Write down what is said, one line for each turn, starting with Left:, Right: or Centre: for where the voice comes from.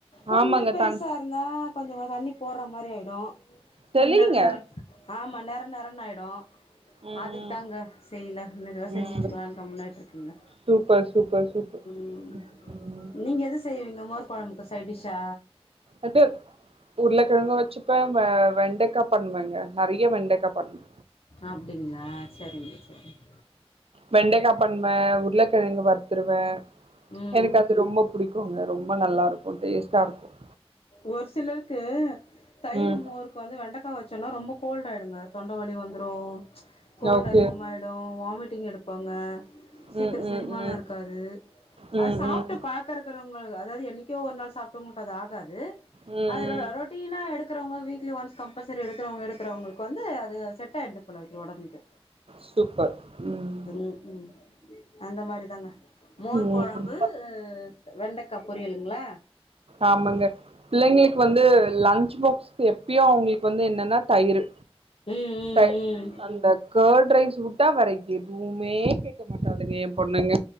Left: கொஞ்சோ
Right: ஆமாங்க
Left: பெருசா
Right: தன்
Left: இருந்தா கொஞ்சமா தண்ணி போட்ற மாறி ஆயிடும் கொஞ்சோ
Right: தெளிங்க
Left: நர நர ஆமா நர நரன்னு ஆயிடும்
Right: ம்
Left: அதுக்கு
Right: ம்
Left: தாங்க செய்ல மெதுவா செஞ்சுட்ருக்கல்லான்னு
Right: ம்
Left: கம்முன்னு நின்ருக்கங்க
Right: சூப்பர் சூப்பர் சூப்பர்
Left: ம்
Right: ம்
Left: நீங்க எது செய்வீங்க மோர்கொழம்புக்கு சைடிஷ்ஷா
Right: அது உருளக்கெழங்கும் வச்சுப்ப வெ வெண்டக்கா பண்ணுவேங்க நறையா வெண்டக்கா பண்ணனு
Left: அப்டிங்ளா சரிங்க சரிங்
Right: வெண்டக்கா பண்வே உருளக்கெழங்கு வறுத்துருவ
Left: ம்
Right: எனக்கு அது ரொம்ப புடிக்குங்க ரொம்ப நல்லா இருக்கும் டேஸ்டா இருக்கும்
Left: ஒரு சிலருக்கு தயிரு
Right: ம்
Left: மோரு இப்ப வந்து வெண்டக்கா வச்சோன்னா ரொம்ப கோல்ட் ஆயிடுங்க தொண்ட வலி வந்துடும் கோல்ட்
Right: ஓகே
Left: அதிகமாயி டும் வாமிட்டிங் எடுப்பாங்க
Right: ம்
Left: சீக்கிரோ
Right: ம்
Left: செரிமானோ
Right: ம் ம்
Left: இருக்காது
Right: ம்
Left: அது சாப்ட்டு
Right: ம்
Left: பாக்கறக் றவங்க அதாவது என்னைக்கோ ஒரு நாள் சாப்டவங்களுக்கு அது ஆகாது
Right: ம்
Left: அது ரா ரொட் டீனா எடுக்கறவங்க வீக்லி ஒன்ஸ் கம்பல்சரி எடுக்கறவங்க எடுக்கறவங்களுக்கு வந்து அது செட்டாயிடுது போல இருக்கு ஒடம்புக்கு
Right: சூப்பர் ம்
Left: ரு ம் அந்த மாரிதாங்க மோர்க்கொழம்பு
Right: ம்
Left: ஆத் வெண்டக்கா பொரியலுங்ளா
Right: ஆமாங்க பிள்ளைங்களுக்கு வந்து லன்சு பாக்ஸூக்கு எப்பயு அவங்ளுக் வந்து என்னனா தயிரு
Left: ம் ம்
Right: தய்
Left: ம்
Right: அந்த கேர்ட் ரைஸ் உட்டா வேற எதுவுமே கேக் க மாட்டாளுங்க ஏம்பொண்ணுங்க